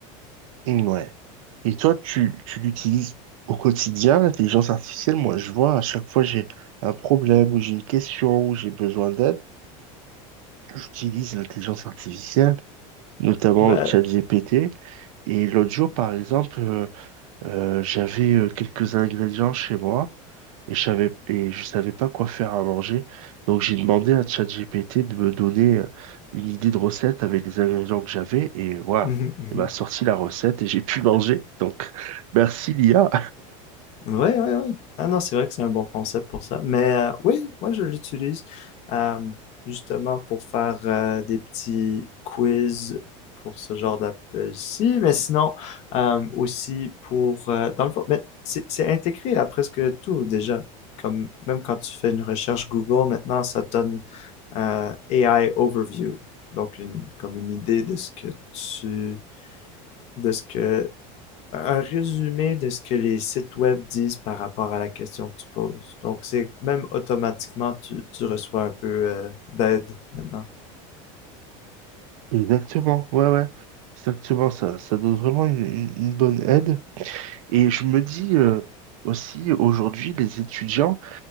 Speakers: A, on the right; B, on the left.
A: Mm, Ouais. Et toi, tu, tu l'utilises au quotidien, l'intelligence artificielle? Moi, je vois à chaque fois j'ai un problème ou j'ai une question ou j'ai besoin d'aide, j'utilise l'intelligence artificielle, notamment
B: Ben,
A: ChatGPT. Et l'autre jour, par exemple, Euh, j'avais euh, quelques ingrédients chez moi et je savais, et je savais pas quoi faire à manger. Donc j'ai demandé à ChatGPT de me donner euh, une idée de recette avec les ingrédients que j'avais et voilà,
B: <laughs>
A: il m'a sorti la recette et j'ai pu manger. Donc <laughs> merci l'IA.
B: Ouais, ouais, ouais. Ah non, c'est vrai que c'est un bon concept pour ça. Mais euh, oui, moi je l'utilise euh, justement pour faire euh, des petits quiz pour ce genre d'appel-ci, mais sinon euh, aussi pour euh, dans le fond, mais c'est c'est intégré à presque tout déjà. Comme même quand tu fais une recherche Google, maintenant ça te donne euh, AI overview, donc une comme une idée de ce que tu de ce que un résumé de ce que les sites web disent par rapport à la question que tu poses. Donc, c'est même automatiquement, tu, tu reçois un peu euh, d'aide maintenant.
A: Exactement, ouais, ouais, exactement ça. Ça donne vraiment une, une- une bonne aide. Et je me dis euh, aussi aujourd'hui, les étudiants,